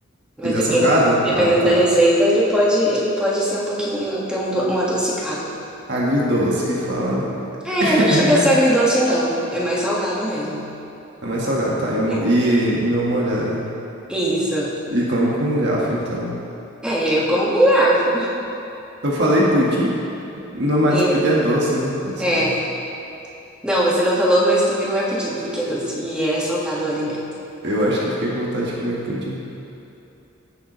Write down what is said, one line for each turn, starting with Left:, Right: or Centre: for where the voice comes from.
Centre: Mas
Right: Ele
Centre: dependendo,
Right: é salgado?
Centre: dependendo
Right: Ah, tá.
Centre: da receita, ele pode, ele pode ser um pouquinho, ter um, do- um adocicado.
Right: Agridoce que fala, né?
Centre: É,
Right: <laughs>
Centre: não chega a ser agridoce, não. É mais salgado mesmo.
Right: É mais salgado, tá? E, mo-
Centre: É,
Right: e meu molhado.
Centre: isso.
Right: E come com garfo, então.
Centre: É, eu como com garfo.
Right: Eu falei pudim, não, mas
Centre: E,
Right: o pudim é doce, né? Disfarça.
Centre: é, não, você não falou, mas também não é pudim, porque é doce e é salgado o alimento.
Right: Eu acho que eu fiquei com vontade de comer pudim.